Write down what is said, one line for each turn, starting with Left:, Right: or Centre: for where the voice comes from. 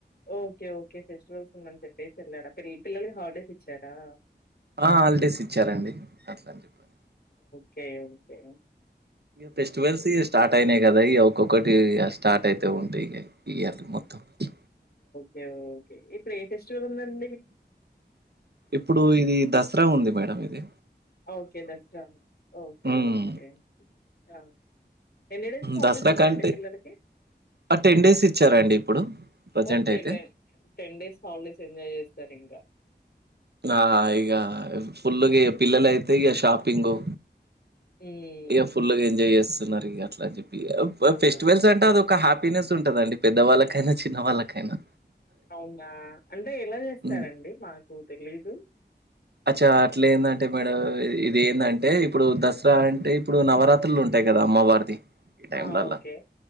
Left: ఓకే ఓకే ఫెస్టివల్స్ ఉందని చెప్పేసి వెళ్ళాడా పిల్లలకి హాలిడేస్ ఇచ్చారా?
Right: ఆ హాలిడేస్ ఇచ్చారండి అట్లా అని చెప్పని
Left: కె ఓకే
Right: ఫెస్టివల్స్ ఇక స్టార్ట్ అయినాయి కదా ఇ ఒక్కొక్కటి స్టార్ట్ అయితే ఉంటాయి ఇక ఇయన్ని మొత్తం ఇచ్చి
Left: కె ఓకే ఇప్పుడు ఏ ఫెస్టివల్ందండి?
Right: ఇప్పుడు ఇది దసరా ఉంది మేడం ఇది
Left: okay Dasara okay okay
Right: um,
Left: the ఎన్ని డేస్ హాలిడేస్
Right: దసరా
Left: ఉన్నాయండి
Right: కంటే
Left: పిల్లలకి?
Right: ఆ టెన్ డేస్ ఇచ్చారండి ఇప్పుడు ప్రజెంట్
Left: ఓకే
Right: అయితే
Left: done ten days holidays enjoy చేస్తా రింగా
Right: ఆ ఇగ ఫుల్ గా పిల్లలు అయితే ఇగ షాపింగు
Left: హ్మ్
Right: ఇగ ఫుల్గా ఎంజాయ్ చేస్తున్నారు ఇక అట్లా అని చెప్పి
Left: అవునా
Right: ఫెస్టివల్స్ అంటే అది ఒక హ్యా పీనెస్ ఉంటదండి పెద్దవాళ్ళకైనా, చిన్న వాళ్ళకైనా
Left: అవునా అంటే ఎలా చేస్తారండి
Right: హ్మ్.
Left: మాకు తెలీదు
Right: అచ్చా అట్లే ఏందంటే మేడం ఇది ఏందంటే ఇప్పుడు దసరా అంటే ఇప్పుడు నవరాత్రులు ఉంటాయి. గదా అమ్మవారిది ఈ టైంలల్ల.
Left: ఆ ఓకే